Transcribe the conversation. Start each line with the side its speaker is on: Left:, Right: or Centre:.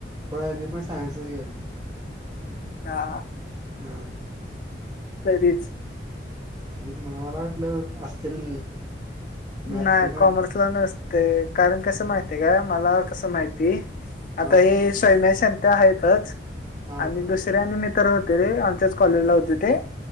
Right: होय मी पण सायन्सच घेले.
Left: हा.
Right: हा.
Left: तरीच.
Right: तरीच मला मला वाटलं असतील. मॅथ्सचे
Left: नाही
Right: ना
Left: कॉमर्स
Right: टॉपिक.
Left: ला नसते कारण कसं माहितय का मला कसं माहिती. आता
Right: हां.
Left: हे स्ैम्या संत्या आहेतच
Right: हां,
Left: आणि
Right: हां.
Left: दुस आणि मी तर्र होते रे आमच्याच कॉलेज ला होते